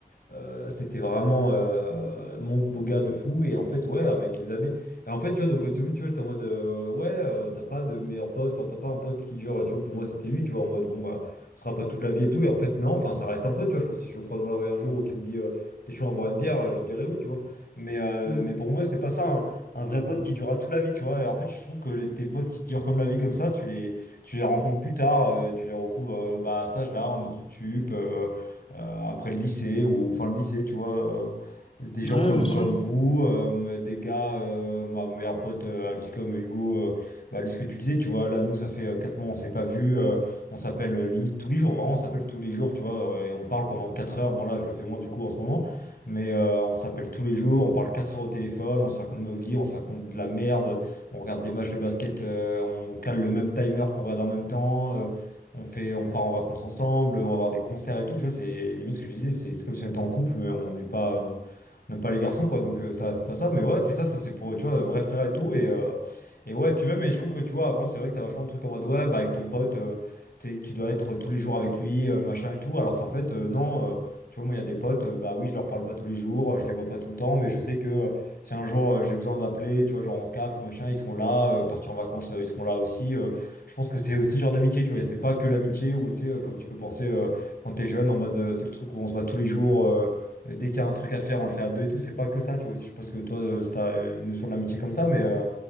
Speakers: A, on the left; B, on the left.
A: euh, c'était vraiment euh, mon beau gars de fou. Et en fait, ouais, avec les années. Et en fait, tu vois, donc au début, tu vois, t'es en mode, euh, ouais, euh, t'as pas de meilleur pote, enfin, t'as pas un pote qui dure, tu vois, pour moi, c'était lui, tu vois, en mode, bon, bah, on sera pote toute la vie et tout. Et en fait, non, enfin, ça reste un pote, tu vois. Je pense que si je le croise dans la rue un jour ou qu'il me dit, euh, t'es chaud à boire une bière, euh, je dirais oui, tu vois. Mais, euh,
B: mm.
A: mais pour moi, c'est pas ça, un, un vrai pote qui durera toute la vie, tu vois. Et en fait, je trouve que les, tes potes qui durent comme la vie, comme ça, tu les, tu les rencontres plus tard, euh, tu les recouvres, euh, bah, à cet âge-là, en études sup. euh, euh, après le lycée ou fin de lycée, tu vois. euh, des gens
B: Ouais,
A: comme,
B: bien sûr.
A: comme vous, euh, des gars, euh, ma mon meilleur pote euh, Alice comme Hugo, euh, bah, Alice que tu disais, tu vois, là nous ça fait euh, 4 mois on s'est pas vu, euh, on s'appelle euh, limite tous les jours, vraiment on s'appelle tous les jours, tu vois, euh, et on parle pendant 4 heures, bon là je le fais moins du coup en ce moment, mais euh, on s'appelle tous les jours, on parle 4 heures au téléphone, on se raconte nos vies, on se raconte de la merde, on regarde des matchs de basket, euh, on cale le même timer pour regarder en même temps. euh, on fait, on part en vacances ensemble, on va voir des concerts et tout, tu vois, c'est limite ce que je disais, c'est c'est comme si on était en couple, mais on n'est pas, euh, on n'aime pas les garçons, quoi, donc euh, ça, c'est pas ça. Mais ouais, c'est ça, ça c'est pour, tu vois, vrai frère et tout. Et, euh, et ouais, puis même, et je trouve que tu vois, avant, c'est vrai que t'as vachement de trucs en mode, ouais, bah, avec ton pote, euh, t'es- tu dois être tous les jours avec lui, euh, machin et tout. Alors qu'en fait, euh, non, euh, tu vois, moi, il y a des potes, euh, bah oui, je leur parle pas tous les jours, euh, je les vois pas tout le temps, mais je sais que euh, si un jour euh, j'ai besoin d'appeler, tu vois, genre on se capte, machin, ils seront là, euh, partir en vacances, euh, ils seront là aussi. euh. je pense que c'est aussi ce genre d'amitié, tu vois, c'est pas que l'amitié où, tu sais, euh, comme tu peux penser euh, quand t'es jeune, en mode, euh, c'est le truc où on se voit tous les jours. euh, euh, dès qu'il y a un truc à faire, on le fait à deux et tout. C'est pas que ça, tu vois. Je pense que toi, euh, t'as euh, une notion de l'amitié comme ça, mais euh,